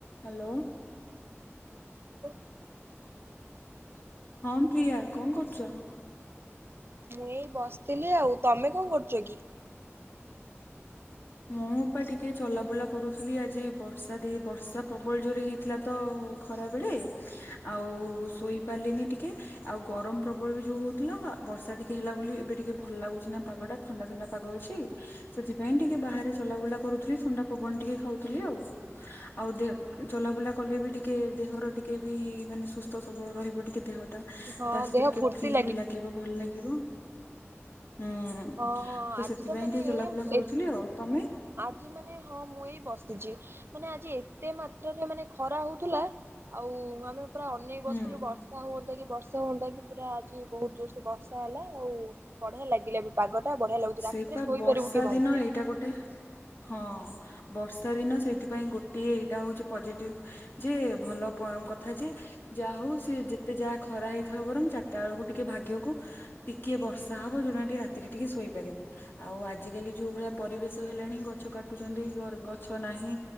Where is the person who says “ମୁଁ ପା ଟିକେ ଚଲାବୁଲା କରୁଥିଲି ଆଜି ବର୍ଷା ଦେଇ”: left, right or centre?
Left